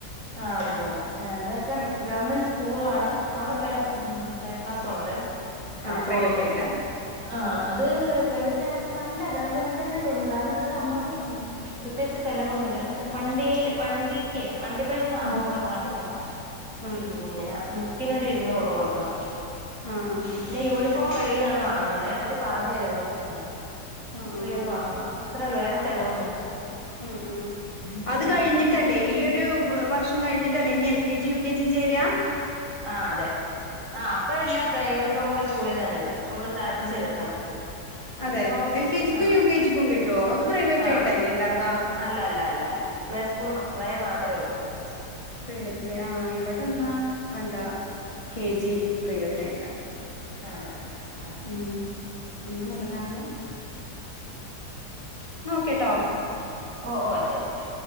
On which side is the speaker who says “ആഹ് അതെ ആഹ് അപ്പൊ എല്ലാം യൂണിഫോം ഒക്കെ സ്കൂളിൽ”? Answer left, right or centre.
Right